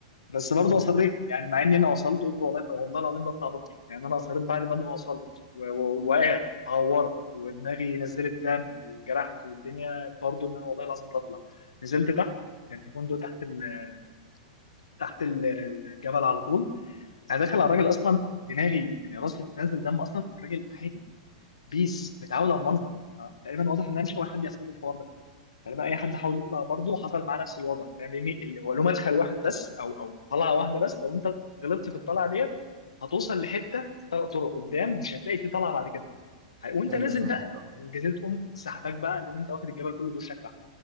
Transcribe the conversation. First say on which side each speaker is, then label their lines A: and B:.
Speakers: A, on the left; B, on the right.
A: بس برضه
B: اه
A: اصريت يعني مع اني انا وصلت قلت والله والله العظيم بطلع بطل يعني انا اصريت بعد ما انا وصلت و- و- ووقعت واتعورت ودماغي نزلت دم واتجرحت والدنيا برضه ان انا والله العظيم بطلع نزلت تحت كان في فندق تحت ال... تحت ال- الجبل على طول انا داخل على
B: اه
A: الراجل اصلا دماغي يعني راسي بتنزل دم اصلا الراجل عادي بيس متعود على المنظر ف- تقريبا واضح ان انا مش اول حد يحصل لي الحوار ده فلما اي حد حاول يطلع برضه حصل معاه نفس الوضع فاهم يعني ال- هو له مدخل واحد بس او او طلعه واحده بس لو انت غلطت في
B: ايوه
A: الطلعه ديت هتوصل لحته ثلاث طرق قدام مش هتلاقي في طلعه بعد كده وانت
B: ايوه
A: نازل
B: فاهمك
A: بقى
B: اه
A: الجزيره تقوم سحباك بقى تقوم انت واخد الجبل كله بوشك تحت